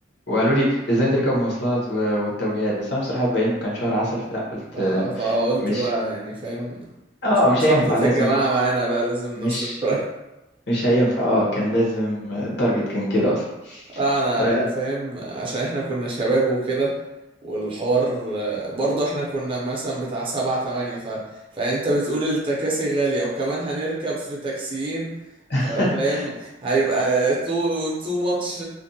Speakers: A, on the left; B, on the right.
A: وقالوا لي ازاي تركب مواصلات و- والتوجيهات بس انا بصراحة بما انه كان شهر عسل فلا قلت
B: ف- فقلت
A: مش
B: بقى يعني فاهم
A: اه
B: مش من
A: مش
B: شحطة
A: هينفع لازم
B: الجماعه معانا بقى لازم
A: مش
B: نصرف شويه
A: مش هينفع اه كان لازم التارجت كان كده اصلا
B: انا
A: فلا
B: يعني فاهم عشان احنا كنا شباب وكده والحوار آه، برضه احنا كنا مثلا بتاع سبعة تمانية ف... فانت بتقول التكاسي غالية وكمان هنركب في تاكسيين
A: <laughs>
B: ف... فاهم هيبقى تو تو ماتش